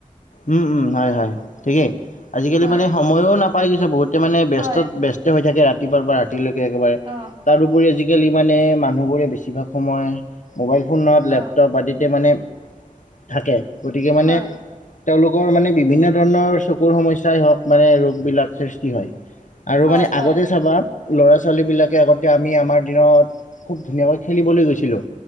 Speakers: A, on the left; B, on the right.
A: উম, উম, হয়-হয় ঠিকেই। আজিকালি
B: হয়
A: মানে সময়ো নাপায় কিছু বহুতে মানে ব্যস্ত
B: হয়
A: ব্য স্ত হৈ থাকে ৰাতিপুৱাৰ পৰা ৰাতিলৈকে একেবাৰে।
B: অ
A: তাৰপৰি আজিকালি মানে মানুহবোৰে বেছিভাগ সময় মোবাইল ফোন নহয়ত
B: অ
A: লেপটপ আদিত। মানে থাকে, গতিকে মানে
B: হয়
A: তেওঁলোকৰ মানে বিভিন্ন ধৰণৰ চকুৰ সমস্যাই হওক মানে ৰোগবিলাক সৃষ্টি হয়। আৰু
B: হয়
A: মানে
B: হয়
A: আগতে চাবা ল'ৰা-ছোৱালীবিলাকে আগতে আমি আমাৰ দিনত খুব ধুনীয়াকে খেলিবলৈ গৈছিলোঁ।